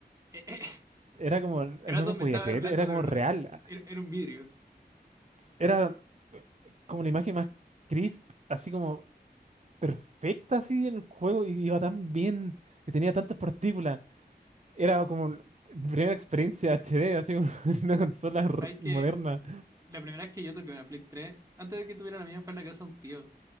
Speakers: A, on the right; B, on the right.
A: Eh, eh, <laughs>
B: era como... No
A: Kratos
B: me podía
A: me estaba
B: creer,
A: hablando
B: era
A: de
B: como
A: verdad.
B: real.
A: e, Era, era un vidrio.
B: Era eh, como la imagen más crisp, así como perfecta así en el juego y iba tan bien y tenía tantas partículas. Era como la primera experiencia HD, así como <laughs> una consola r-
A: ¿Sabes
B: moderna.
A: qué? La primera vez que yo toqué una Play 3, antes de que tuviera la mía, fue en la casa de un tío.